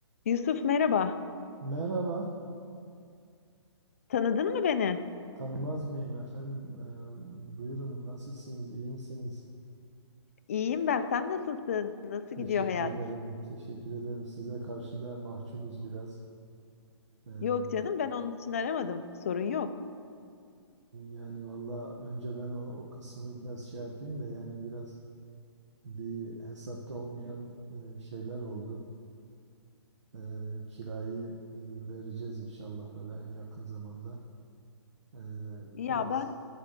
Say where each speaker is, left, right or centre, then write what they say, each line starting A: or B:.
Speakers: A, on the left (about 30°); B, on the right (about 80°).
A: Yusuf merhaba.
B: Merhaba,
A: Tanıdın mı beni?
B: tanımaz <laughs> mıyım efendim? Ee, buyurun, nasılsınız, iyi misiniz?
A: İyiyim ben. Sen nasılsın? Nasıl
B: Teşekkür
A: gidiyor hayat?
B: ederim, teşekkür ederim. Size karşı da mahcubuz biraz. Ee,
A: Yok canım ben onun için aramadım. Sorun yok.
B: yani valla önce ben o, o kısmını biraz şey yapayım da yani biraz bir hesapta olmayan e, şeyler oldu. Ee, kirayı e, vereceğiz inşallah böyle en yakın zamanda. Ee,
A: Ya
B: biraz,
A: ben